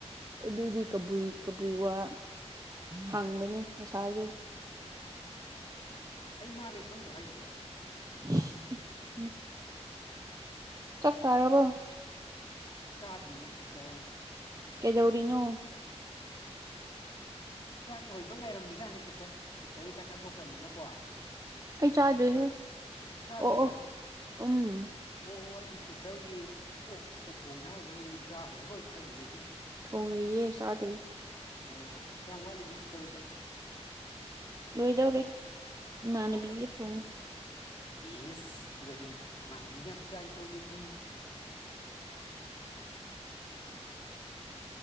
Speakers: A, on the right; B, on the left.
A: ꯑꯗꯨꯒꯤ ꯀꯕꯨꯏ ꯀꯕꯨꯏ ꯋꯥ ꯍꯥꯡꯕꯅꯤ ꯉꯁꯥꯏꯗꯣ
B: ꯑꯩ ꯃꯥꯅꯦ ꯈꯪꯗ꯭ꯔꯣ ꯍꯥꯏꯁꯤꯕꯣ
A: <unintelligible> ꯆꯛ ꯆꯥꯔꯕꯣ
B: ꯆꯥꯗꯔꯤꯌꯦ ꯁꯤꯁꯇꯔ
A: ꯀꯩꯗꯧꯔꯤꯅ‌ꯣ
B: ꯆꯥꯛ ꯂꯣꯏꯕ ꯉꯥꯏꯔꯝꯃꯤꯖꯥꯠꯅꯤ ꯁꯤꯁꯇꯔ ꯁꯤꯁꯇꯔ ꯍꯣꯏ ꯆꯥꯛ ꯆꯥꯊꯣꯛꯈ꯭ꯔꯕꯅꯤꯅꯀꯣ
A: ꯑꯩ ꯆꯥꯗ꯭ꯔꯤꯍꯦ
B: ꯑꯩꯈꯣꯏꯁꯨ ꯆꯥꯛ ꯆꯥꯗ꯭ꯔꯤꯌꯦ
A: ꯑꯣ ꯑꯣ
B: ꯑꯣꯑꯣ
A: ꯎꯝ
B: ꯑꯩꯗꯤ ꯁꯤꯁꯇ꯭ꯔ ꯍꯣꯏꯒꯤ ꯑꯣꯛꯀ ꯊꯣꯡꯉꯦ ꯍꯥꯏꯕꯗꯨ ꯑꯩꯗꯤ ꯆꯥꯒꯔꯥꯕꯣꯏ ꯈꯜꯂꯨꯔꯦ ꯍꯦ
A: ꯊꯣꯡꯔꯤꯌꯦ ꯆꯥꯗ꯭ꯔꯤ
B: ꯑꯣ ꯀꯌꯥꯝ ꯋꯥꯠꯂꯤꯒ‌ꯦ ꯁ꯭ꯤꯁꯇꯔ ꯍ‌ꯣꯏꯗꯤ
A: ꯂꯣꯏꯗꯧꯔꯦ ꯏꯃꯥꯟꯅꯕꯤꯒ
B: ꯑꯣ
A: ꯊꯣꯡꯉꯦ
B: ꯌꯦꯁ ꯑꯗꯨꯗꯤ ꯏꯃꯥꯟꯅꯕꯤꯒ ꯌꯥꯝ ꯆꯥꯏꯀꯣ ꯑꯗꯨꯗꯤ